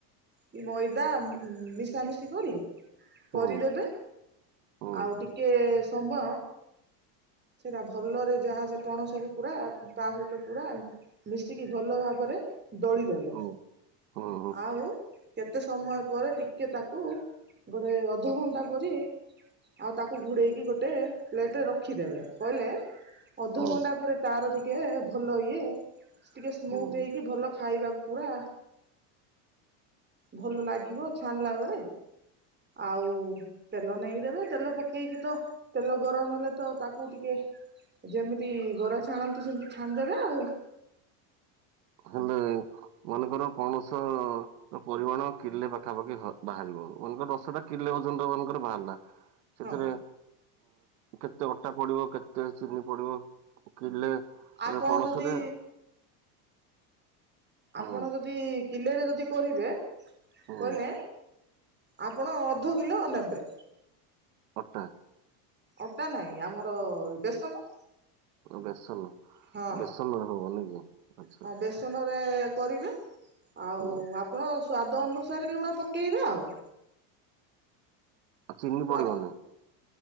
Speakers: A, on the right; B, on the right.
A: କି ମଇଦା ଉଁ ଉଁ ମିଶାମିଶି କରି।
B: ହଁ
A: କରିଦେବେ
B: ହୁଁ ହୁଁ
A: ଆଉ ଟିକେ ସମୟ ସେଟା ଭଲରେ ଯାହା ସେ ପଣସକୁ ପୁରା ତା ସହିତ ପୁରା ମିଶିକି ଭଲ ଭାବରେ ଦଳିଦେବେ
B: ହୁଁ ହୁଁ ହୁଁ ହୁଁ ହୁଁ
A: ଆଉ କେ ତେ ସମୟ ପରେ ଟିକେ ତାକୁ ଗୋଟେ ଅଧଘଣ୍ଟା ପରି ଆଉ ତାକୁ ଘୋଡେଇକି ଗୋଟେ ପ୍ଲେଟରେ ରଖିଦେବେ। କହିଲେ ଅଧଘଣ୍ଟା
B: ହୁଁ
A: ପରେ ତାର ଟିକେ ଭଲ ଇଏ ଟିକେ ସ୍ମୁଥ୍
B: ହୁଁ
A: ହେଇକି ଭଲ ଖ୍ ଖାଇବାକୁ ପୁରା ଭଲ ଲାଗିବ ଛାଣିଲା ବେଳେ।
B: <inaudible>
A: ଆଉ ତେଲ ନେଇ ଦେବେ ତେଲ ପକେଇକି ତ ତେଲ ଗରମ ହେଲେ ତ ତାକୁ ଟିକେ ଯେମିତି ବରା ଛାଣନ୍ତି ସେମିତି ଛାଣିଦେବେ ଆଉ।
B: ହେଲେ ମନେକର ପଣସ ପରିମାଣ କିଲେ ପାଖାପାଖି ବା-ବାହାରିବ ମନେକର ଦଶଟା କିଲେ ଓଜନ୍ ର ମନେକର ବାହାରିଲା। ସେଥିରେ
A: ହଁ
B: କେତେ ଅଟା ପଡିବ କେତେ ଚିନି ପଡିବ କିିଲେ ଏ
A: ଆପଣ
B: ପଣସରେ?
A: ଯଦି ଆପଣ
B: ହୁଁ
A: ଯଦି କିଲେରେ ଯଦି କରିବେ
B: ହୁଁ
A: କହିଲେ। ଆପଣ ଅଧ କିଲ ନେବେ।
B: ଅଟା?
A: ଅଟା ନାହିଁ ଆମର ବେସନ।
B: ବେସନ
A: ହଁ
B: ବେସନରେ ହବ ନାଇଁ କି ଆଚ୍ଛା।
A: ହଁ ବେସନରେ କରିବେ ଆଉ
B: ହୁଁ
A: ଆପଣ ସ୍ଵାଦ ଅନୁସାରେ ଲୁଣ ପକେଇବେ ଆଉ।
B: ଆ ଚିନି
A: ସ୍ଵାଦ
B: ପଡ଼ିିବନି?